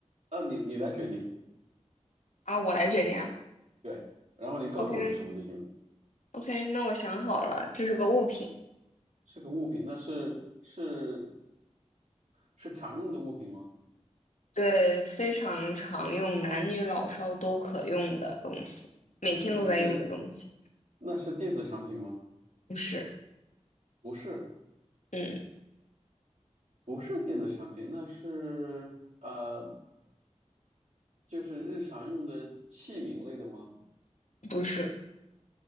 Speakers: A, on the right; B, on the left.
A: 啊，你你来决定，
B: 啊？我来决定啊。
A: 对。然后你告诉我是什么就行了。
B: OK OK，那我想好了，这是个物品，
A: 是个物品，那是是是常用的物品吗？
B: 对，非常常用，男女老少都可用的东西，每天都在用的东西。
A: 那是那是电子产品吗？
B: 不是，
A: 不是，
B: 嗯，
A: 不是电子产品，那是呃，就是日常用的器皿类的吗？
B: 不是，